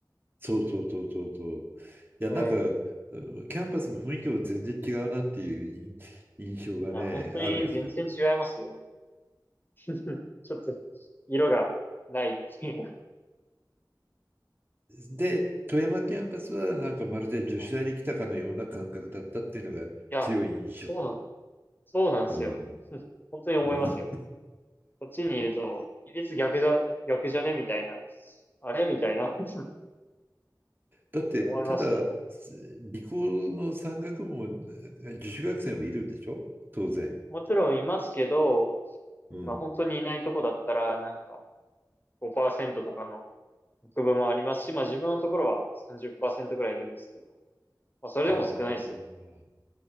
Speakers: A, on the right (about 30°); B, on the left (about 25°).
A: そうそうそうそうそう。いや、
B: うん。
A: なんか、うんキャンパスの雰囲気も全然違うなっていう印印象がね、
B: いや、本当に全然違いますよ。
A: あるよ。
B: <laughs> うんちょっと色がないっていう。
A: で、富山キャンパスはなんかまるで女子大に来たかのような感覚だったっていうのが強い印象。
B: <laughs> いや、そうなん、そうなんですよ。
A: うん。
B: <laughs> うん本当に思いますよ。
A: うん、
B: こっちにいると、比率逆だ、逆じゃねみたいな。あれみたいな。<laughs> うん
A: だって、
B: 思いましたね。
A: ただ、す理工の山岳部もえ女子学生もいるんでしょ当然。
B: もちろんいますけど、
A: うん。
B: まあ本当にいないとこだったら、なんか5%とかの区分もありますし、まあ自分のところは30%くらいいるんですけど、まあそれでも少ないですよ。
A: ああ、